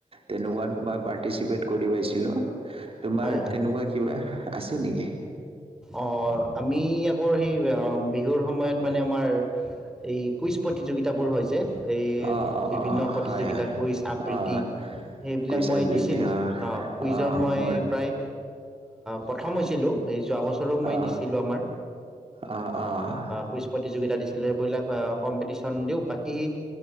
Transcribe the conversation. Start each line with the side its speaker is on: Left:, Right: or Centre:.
Right: তেনেকুৱাত মই পাৰ্টিচিপেট কৰি পাইছিলোঁ তোমাৰ
Centre: হয় হয়
Right: তেনেকুৱা আছে নেকি
Centre: অ আমি আকৌ সেই বিহুৰ সময়ত মানে আমাৰ এই কুইজ প্ৰতিযোগিতাবোৰ হয় যে এই
Right: অ', অ',
Centre: বিভিন্ন
Right: অ',
Centre: প্ৰতিযোগিতাত
Right: হয়,
Centre: কুইজ আবৃত্তি
Right: অ',
Centre: সেইবিলাক
Right: কৈছা
Centre: মই দিছিলোঁ
Right: এতিয়া
Centre: অঁ কুইজত
Right: অ',
Centre: মই
Right: মোৰ
Centre: প্ৰায় প্ৰথম হৈছিলো এই যোৱা বছৰো
Right: অ',
Centre: মই দিছিলোঁ আমাৰ
Right: অ', অ',
Centre: কুইজ প্ৰতিযোগতি দি লেবিলাক কম্পিটিশ্যন দিওঁ বাক ই